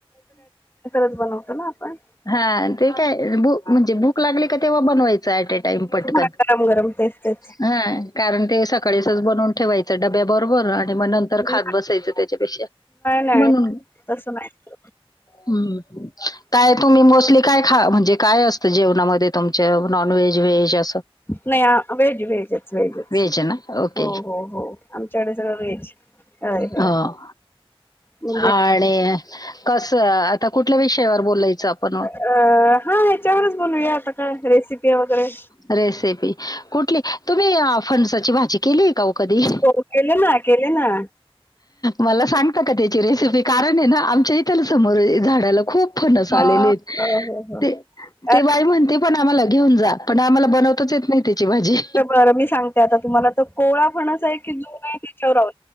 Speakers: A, on the left; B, on the left.
A: काच बनवतो ना आपण
B: हा ते काय भू म्हणजे भूक लागली का तेव्हा बनवायची अ टाईम पटकन
A: गरम गरम तेच तेच
B: ह कारण ते सकाळीच बनवून ठेवायच डब्या बरोबर आणि मग नंतर खात
A: नाही
B: बसायचं त्याच्यापेक्षा
A: नाही
B: म्हणून
A: तसं नाही
B: हम्म. काय तुम्ही मोस्टली काय खा म्हणजे काय असतं जेवणामध्ये तुमच नॉन व्हेज व्हेज असं.
A: नाही व्हेज व्हेजच व्हेजच
B: व्हेज ना? ओके.
A: हो हो हो आमच्याकडे सगळं व्हेज. होय होय
B: ह
A: म्हणजे
B: आणि. कसं आता कुठल्या विषयावर बोलायचं आपण?
A: अ हा ह्याच्यावरच बोलूया आता काय रेसिपी वगैरे.
B: रेसिपी कुठली तुम्ही फणसाची भाजी केलीये का ओ कधी?
A: हो. केले ना, केले ना.
B: मला सांगता का त्याची रेसिपी? कारण ये ना आमच्या इथ समोर झाडाला खूप फणस
A: ह
B: आलेले आहेत.
A: हो हो हो
B: ते ते
A: अ
B: बाई म्हणते पण आम्हाला घेऊन जा. पण आम्हाला बनवताच येत नाही त्याची भाजी.
A: तर मी सांगते आता तुम्हाला तर कोळा पण आहे की जन आहे त्याच्यावर